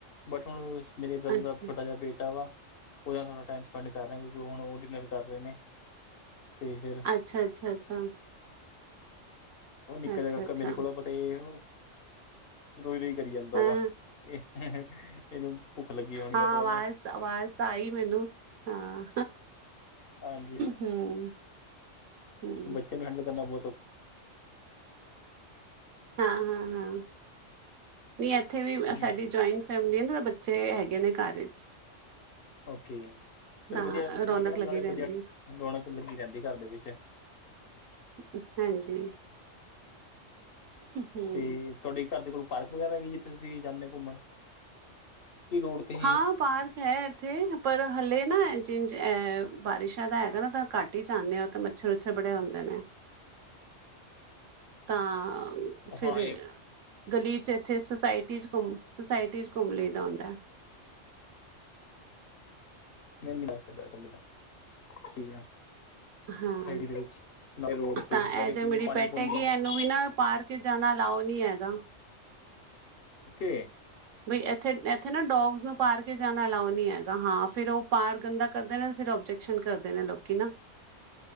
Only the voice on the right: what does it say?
ਅੱਛਾ
ਅੱਛਾ-ਅੱਛਾ-ਅੱਛਾ।
ਅੱਛਾ
ਅੱਛਾ
ਹਾਂ
ਹਾਂ
ਅਵਾਜ਼
ਅਵਾਜ਼ ਤਾਂ ਆਈ ਮੈਨੂੰ। ਹਾਂ।
ਹੂੰ ਹੂੰ।
ਹਾਂ-ਹਾਂ-ਹਾਂ ਨਹੀਂ ਇੱਥੇ ਵੀ
ਸਾਡੀ ਜੋਇੰਟਸ ਫੈਮਲੀ ਤਾਂ ਬੱਚੇ ਹੈਗੇ ਨੇ ਘਰ ਚ
ਤਾਂ
ਰੌਣਕ ਲੱਗੀ
ਰਹਿੰਦੀ
ਹੈ।
ਹਾਂਜੀ ਹੂੰ
ਹਾਂ ਪਾਰਕ ਹੈ ਇੱਥੇ ਪਰ ਹਲੇ ਨਾ ਜਿ ਬਾਰਿਸ਼ਾਂ ਦਾ ਹੈਗਾ ਨਾ ਤਾਂ ਘੱਟ ਟੀ ਜਾਂਣੇ ਹਾਂ ਤੇ ਮੱਛਰ-ਮੁੱਛਰ ਬੜੇ ਹੁੰਦੇ ਨੇ ਤਾਂ ਫੇਿਰ
ਗਲੀ ਚ ਇੱਥੇ ਸੁਸਾਇਟੀ ਚ ਘੁੰਮ ਸੁਸਾਇਟੀ ਚ ਘੁੰਮ ਲਈ ਦਾ ਹੁੰਦਾ
ਹਾਂ
ਤਾਂ ਇਹ
ਜੋ
ਮੇਰੀ
ਪੈਟ
ਹੈਗੀ ਇਹਨੂੰ
ਵੀ ਨਾ ਪਾਰਕ ਚ ਜਾਣਾ ਅਲਾਓ ਨੀ ਹੈਗਾ।
ਬਈ ਇੱਥੇ ਇੱਥੇ ਨਾ ਡੋਗਜ਼ਸ ਨੂੰ ਪਾਰਕ ਚ ਜਾਣਾ ਅਲਾਓ ਨੀ ਹੈਗਾ, ਹਾਂ ਫਿਰ ਉਹ ਪਾਰ ਗੰਦਾ ਕਰਦੇ ਨੇ, ਤੇ ਫਿਰ ਓਬਜੈਕਸ਼ਨ ਕਰਦੇ ਨੇ ਲੋਕੀ ਨਾ।